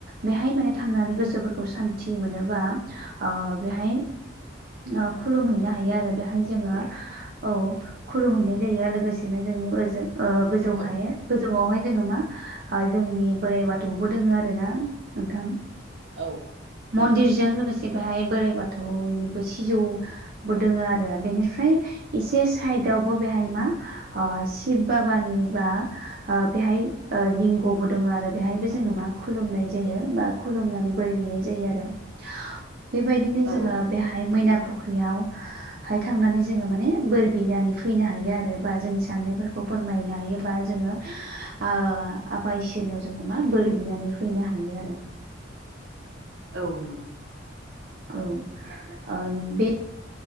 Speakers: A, on the right (about 50°); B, on the right (about 75°).
A: बेहाय माने थांनानै गोसोफोरखौ सान्थि मोनो बा बेहाय ओ खुलुमहैनो हायो आरो बेहाय जोङो औ खुलुमहैनाय जायो लोगोसेनो जोंनि ओजों ओ गोजौ
B: औ
A: हायो गोजौआवहाय जोङो मा जोंनि बोराइ बाथौखौबो दोङो आरो ना नोंथां
B: औ
A: मन्दिरजों
B: औ नंगौ
A: लोगोसे ज बेहाय बोराइ बाथौनिबो सिजौ बु दोङो आरो बेनिफ्राय एसे साइदआवबो बेहाय मा ओ शिब बाबानि बा ओ बेहाय लिंग'बो दङ आरो बेहायबो जोङो मा खुलुमनाय जायो बा खुलुमनानै बोर बिनाय जायो आरो बेबायदिनो
B: औ
A: जोङो बेहाय मैना फुख्रियाव हाय थांनानै जोङो माने बोर बिनानै फैनो हायो आरो बा जोंनि साननायफोरखौ फोरमायनो हायो बा जोङो आ आफा इसोरनियाव जोङो मा बोर बिनानै फैनो हायो आरो।
B: औ नंगौ।
A: औ ओम बे